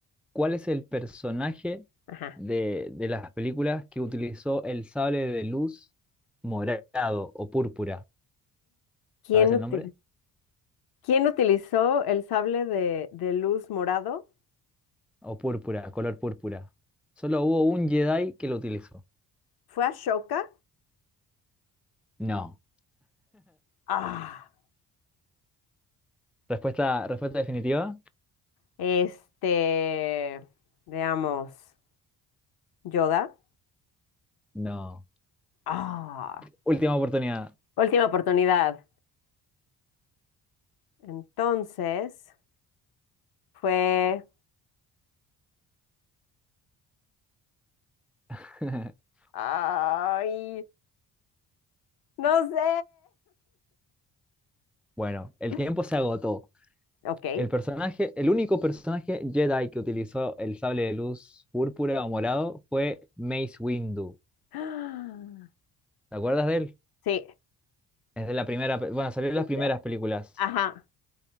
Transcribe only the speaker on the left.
ajá.
¿Quién
util-
quién utilizó el sable de, de luz morado?
¿Fue Ashoka?
Ah,
este, veamos, Yoda.
Ah,
última oportunidad. Entonces, fue...
Ay, no sé.
<laughs>
Ok.
<gasps> Ah,
Sí.
eh,
eh,
Ajá.